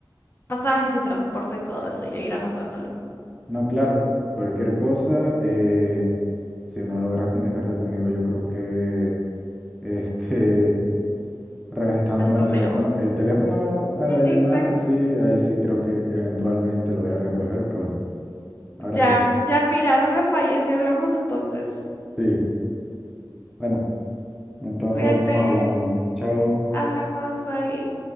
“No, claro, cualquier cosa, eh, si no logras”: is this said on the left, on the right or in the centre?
Centre